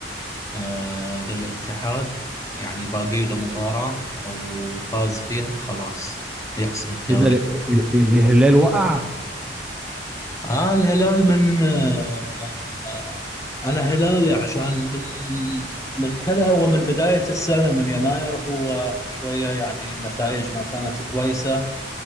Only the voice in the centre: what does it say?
ماشي
ايه ده ال- ال- الهلال وقع